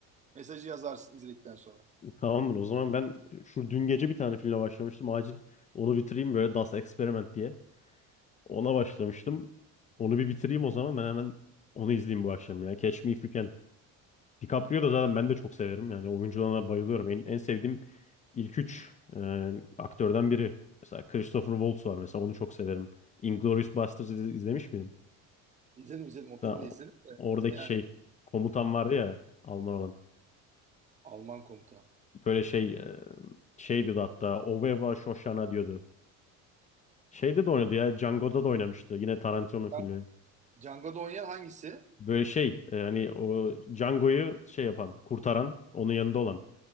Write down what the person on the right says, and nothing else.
mesajı yazarsın izledikten sonra.
İzledim izledim. O
filmi
de izledim de.
Yani
Alman komutan.
Onu
bilmiyorum.
Ben Django'da oynayan hangisi?